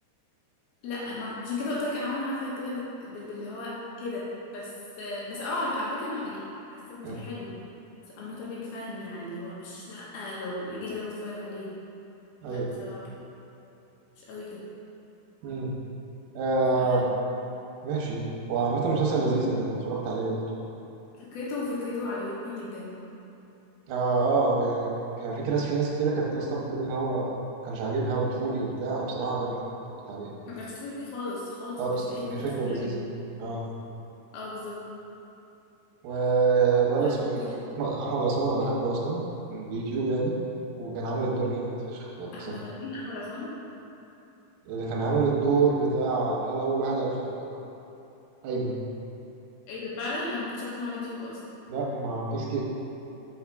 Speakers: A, on the left (about 70°); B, on the right (about 70°).
A: لا ما عشان كده قلت لك انا عمري ما عارفه ارتبها بت... بال... باللي هو كده بس بس اه على, ف... على فكره انا يعني حسيت ان
B: مم.
A: حلو بس I'm not a big fan يعني اللي هو مش لا لو جه لازم اتفرج عليه
B: أيوه
A: لا بصراحه مش قوي كده
B: مم. آه
A: ف
B: ماشي وعامة مسلسل لذيذ يعني أنا اتفرجت عليه برضه
A: فكرته فكرته عجبتني جدا
B: اه اه يعني كان في ناس في ناس كتيرة كانت اصلا بتقول ان هو كانش عاجبها وطفولي وبتاع انا بصراحة عجبني اتفرجت عليه
A: ما كانش طفولي خالص خالص
B: خالص
A: ما كانش في اي
B: كان
A: فكره
B: في فكرة
A: طفوليه
B: لذيذة اه
A: اه بالظبط
B: والولد
A: طيب
B: اسمه
A: قول
B: ايه احمد احمد عصام انا بحبه اصلا من اليوتيوب يعني وكان عامل الدور جامد فشخ فاتبسطت
A: احمد مين احمد عصام
B: اللي كان عامل الدور بتاع اللي هو اول واحد عارفها في الجامعة ايمن
A: ايه ده فعلا انا ما كنتش عارفه انه على اليوتيوب اصلا
B: لا ما بيس كيك